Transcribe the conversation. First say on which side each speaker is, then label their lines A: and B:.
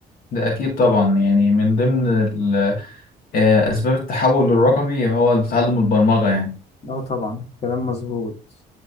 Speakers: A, on the left; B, on the left.
A: ده اكيد طبعا يعني من ضمن ال آه، أسباب التحول الرقمي هو تعلم البرمجة يعني
B: اه طبعا كلام مظبوط